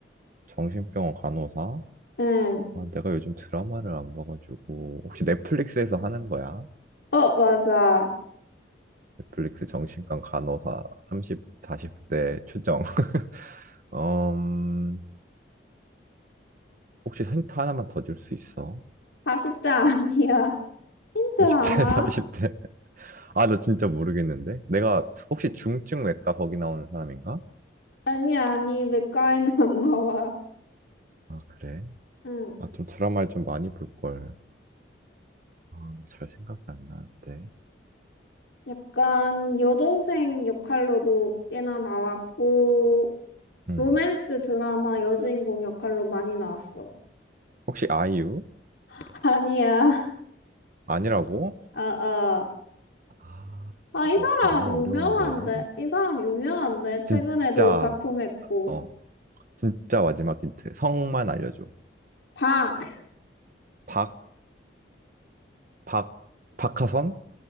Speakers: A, on the right (about 50°); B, on the left (about 75°).
A: 정신병원 간호사?
B: 응.
A: 아, 내가 요즘 드라마를 안 봐가지고, 혹시 넷플릭스에서 하는 거야?
B: 어, 맞아.
A: 넷플릭스 정신과 간호사 30, 40대 추정. <laughs> 음, 혹시 힌트 하나만 더 줄 수 있어?
B: 40대 아니야. 힌트
A: 30대,
B: 하나?
A: 30대. <laughs> 아, 나 진짜 모르겠는데? 내가 혹시 중증외과 거기 나오는 사람인가?
B: 아니, 아니, 맥가에는 안 나와.
A: 아, 그래?
B: 응.
A: 아, 좀 드라마를 좀 많이 볼걸. 아, 잘 생각이 안 나는데.
B: 약간 여동생 역할로도 꽤나 나왔고,
A: 음.
B: 로맨스 드라마 여주인공 역할로 많이 나왔어.
A: 혹시 아이유?
B: <laughs> 아니야.
A: 아니라고?
B: 아, 아.
A: 아,
B: 아,
A: 이거
B: 이 사람
A: 좀 너무
B: 유명한데?
A: 어려운데.
B: 이 사람 유명한데? 최근에도
A: 진짜,
B: 작품했고.
A: 어, 진짜 마지막 힌트. 성만 알려줘.
B: 박!
A: 박, 박, 박하선?